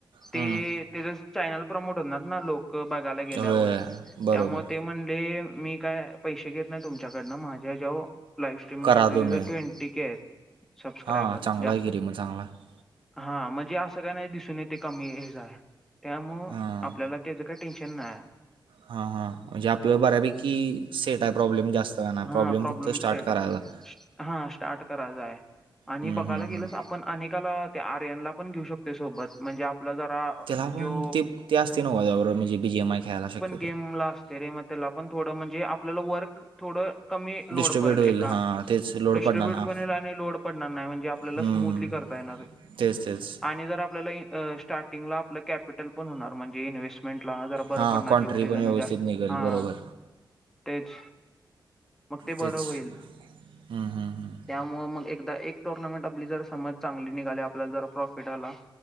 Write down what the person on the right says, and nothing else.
हं.
होय बरोबर
करा
तुम्ही
हां चांगला
आहे की
रे मग चांगला आहे.
हां
हा हा म्हणजे आपल्या बऱ्यापैकी सेटा प्रॉब्लेम जास्त. का नाही
फक्त स्टार्ट
करायचा
हम्म,
हम्म,
हम्म.
त्याला पण
ते असते नव्ह त्याबरोबर म्हणजे बी जी एम आय खेळायला शकते.
डिस्ट्रीब्युट
होईल
हां तेच लोड
पडणार ना
हम्म,
तेच तेच
हां
कॉन्ट्री
पण
व्यवस्थित
निघेल
बरोबर
तेच
हम्म, हम्म, हम्म.